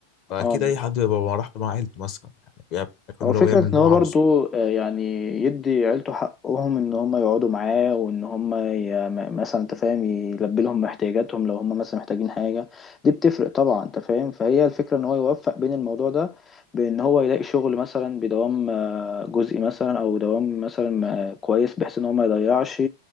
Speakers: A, on the left; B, on the left.
A: فاكيد
B: اه
A: اي حد بيبقى على راحته مع عيلته مثلا يعني بيعمل اللي
B: هو فكرة
A: هو يعمل اللي
B: ان هو
A: هو عاوزه
B: برضو آه، يعني يدي عيلته حقهم ان هم يقعدوا معاه وان هم ي- م- مثلا انت فاهم يلبي لهم احتياجاتهم لو هم مثلا محتاجين حاجة دي بتفرق طبعا انت فاهم فهي الفكرة ان هو يوفق بين الموضوع ده بان هو يلاقي شغل مثلا بدوام آه، جزئي مثلا او دوام مثلا آه، كويس بحيث ان هو ما يضيعش